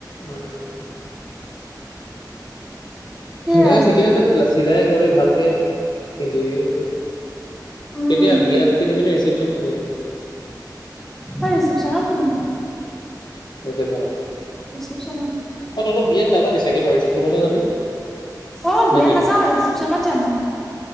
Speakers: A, on the left (about 75°); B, in the centre.
A: উম।
B: সেয়া
A: দে ঠিকেই আছে তেতিয়াহলে, চিলাই কৰি ভালকে পিন্ধিবি সেইযোৰ।
B: উম
A: কেতিয়া বিয়াত পিন্ধিবি নে ৰিচিপশ্যনত পিন্ধিবি?
B: হয়, ৰিচিপশ্যনত পিন্ধিম।
A: ৰিচিপশ্যনত।
B: ৰিচিপশ্যনত
A: অ', তইতো বিয়াত নাযাবি চাগে ন' ৰিচিপশ্যনতহে যাবি?
B: অ',
A: নেকি
B: বিয়াত নাযাওঁ, ৰিচিপশ্যনত যাম।